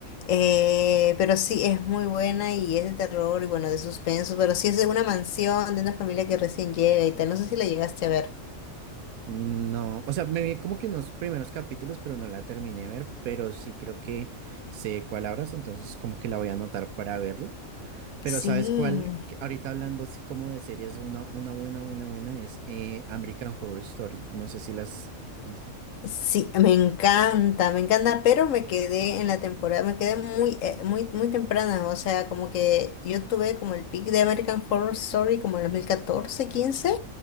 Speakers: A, on the left; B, on the right.
A: Eh, pero sí, es muy buena y es de terror y bueno, de suspenso, pero sí es de una mansión, de una familia que recién llega y tal. No sé si la llegaste a ver.
B: No, o sea, me vi como que en los primeros capítulos, pero no la terminé de ver, pero sí creo que sé cuál hablas, entonces como que la voy a anotar para verla. Pero
A: Sí.
B: ¿sabes cuál? Que Ahorita hablando así como de series, una, una buena, buena, buena es eh, American Horror Story. No sé si las has visto.
A: Sí, me encanta, me encanta, pero me quedé en la temporada, me quedé muy, eh, muy, muy temprana, o sea, como que yo tuve como el pic de American Horror Story como en 2014, 15